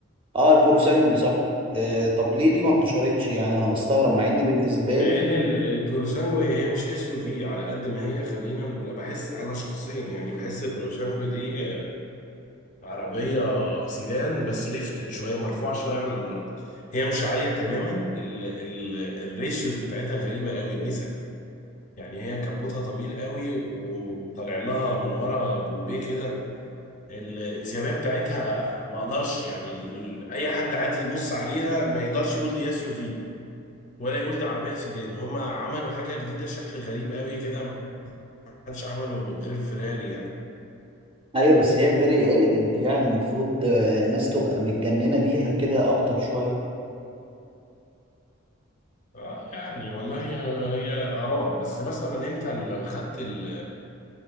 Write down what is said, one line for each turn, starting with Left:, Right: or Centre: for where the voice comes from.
Right: اه البورو سانجوي صح آه طب ليه دي ما انتشرتش يعني انا بستغرب مع اني بالنسبه
Left: لان
Right: لي
Left: ال- البورسانجو هي مش اس يو في على قد ما هي خلينا نقول بحس انا شخصيا يعني بحس البورسانجو دي عربيه سيدان بس ليفتت شويه مرفوعه شويه عن الارض هي مش عاليه تماما ال ال الريشيوز بتاعتها غريبه قوي النسب يعني هي كبوتها طويل قوي و- وطالع لها من ورا بومبيه كده الانسيابيه بتاعتها ما اقدرش يعني ال ال اي حد عادي يبص عليها ما يقدرش يقول دي اس يو في ولا يقول دي عربية سيدان هم عملوا حاجة جديدة شكل غريب قوي كده ما حدش عمله غير فيراري يعني
Right: ايوه بس هي فيري اليجنت يعني المفروض آه، الناس تبقى متجننه بيها كده اكتر شويه
Left: آه يعني والله هي هي آراء بس مثلا أنت لو خدت ال